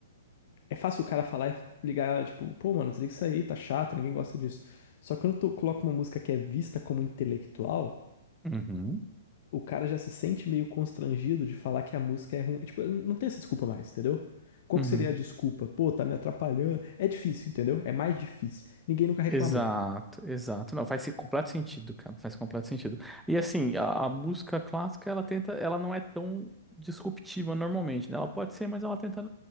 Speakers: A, on the left; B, in the centre.
A: é fácil o cara falar e ligar, tipo, pô, mano, desliga isso aí, tá chato, ninguém gosta disso. Só que quando tu coloca uma música que é vista como intelectual,
B: Uhum.
A: o cara já se sente meio constrangido de falar que a música é ruim. Tipo, não tem essa desculpa mais, entendeu? Qual
B: Uhum.
A: que seria a desculpa? Pô, tá me atrapalhando. É difícil, entendeu? É mais difícil. Ninguém nunca reclamou.
B: Exato, exato. Não, faz completo sentido, cara. Faz completo sentido. E assim, a, a música clássica, ela tenta, ela não é tão disruptiva normalmente, né? Ela pode ser, mas ela tenta.